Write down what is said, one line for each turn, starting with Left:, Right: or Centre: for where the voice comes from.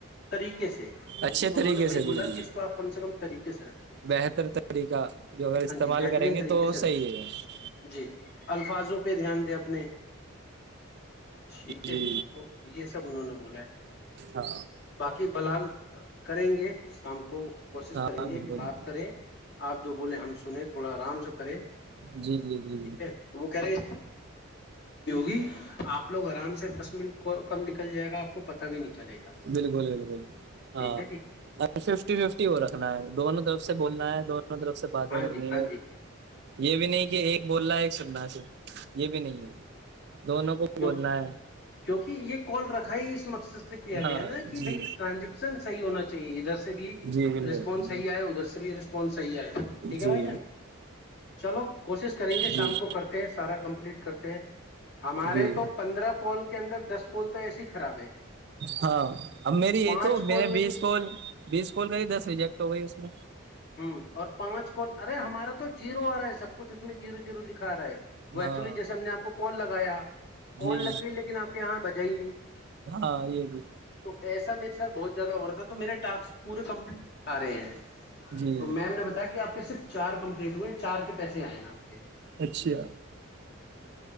Left: طریقے سے
Right: اچھے
Left: تو
Right: طریقے
Left: انہوں نے وہی
Right: سے
Left: بولا
Right: بالکل
Left: کہ اس کو آپ کم سے کم طریقے سے رکھیں
Right: بہتر طریقہ جو اگر استعمال
Left: ہاں جی بہترین
Right: کریں گے
Left: طریقے
Right: تو
Left: سے رکھیں
Right: صحیح ہے
Left: جی الفاظوں پہ دھیان دیں اپنے ٹھیک ہے
Right: جی
Left: تو یہ سب انہوں نے بولا ہے
Right: ہاں
Left: باقی بلحال کریں گے سام <unintelligible> کو کوشش
Right: ہاں
Left: کریں گے
Right: بالکل
Left: کہ بات کریں آپ جو بولیں ہم سنے تھوڑا آرام سے کریں ٹھیک
Right: جی جی جی
Left: ہے تو وہ کہہ رہے ہیں ہوگی آپ لوگ آرام سے دس منٹ کم نکل جائے گا آپ کو پتا بھی نہیں چلے گا
Right: بالکل بالکل
Left: ٹھیک
Right: ہاں
Left: ہے جی
Right: ففٹی ففٹی وہ رکھنا ہے دونوں طرف سے بولنا ہے دونوں دوں طرف سے باتیں
Left: ہاں
Right: کرنی
Left: جی ہاں جی
Right: یہ بھی نہیں کہ ایک بولنا ہے ایک چننا ہے صرف یہ بھی نہیں ہے دونوں کو
Left: کیوںک
Right: بولنا ہے
Left: کیونکہ یہ کون رکھا ہے اس مقصد سے کیا گیا
Right: ہاں
Left: نا کہ
Right: جی
Left: بھ ٹرانن صح ہونا چاہیے ادھر سے بھی
Right: جی بالکل
Left: رسپس صحی آ ادھر سے بھی رسپانسح آئے ٹھیک ہے
Right: جی
Left: بھائی جان چلو کوشش کریں گے
Right: جی
Left: شام کو کرتے ہیں سارا کمپلیٹ کرتے ہیں <unintelligible> ہمارے
Right: جی
Left: تو پندرہ کال کے اندر دس کال تو ایسی ہی خراب ہے
Right: ہاں اب میری یہ
Left: پانچ
Right: تو
Left: کال
Right: میں نے بیس
Left: بھی
Right: کال بیس کال کری دس ریجیکٹ ہو گئی اس میں
Left: ہوں اور پانچ کو ارے ہمارا تو جیرو آ رہا ہے سب کچھ اس میں جیرو جیرو لکھا آ رہا ہے وہ
Right: ہاں
Left: ایکچولی جیسے ہم نے آپ کو کال لگایا کال
Right: جی
Left: لگ گئی لیکن آپ کے یہاں بجا ہی نہیں
Right: ہاں یہ بھی
Left: تو ایسے ایسا میرےاتھ بہت زیادہ ہو رہا تھا تو میرے ٹسک پورے کمپلیٹکھ رہے ہیں
Right: جی
Left: تو میم نے بتایا کہ آپ کیسر چار کمپلیٹ ہوئے چار کے پیسے آئے ہیں آپ کے ہ
Right: اچھا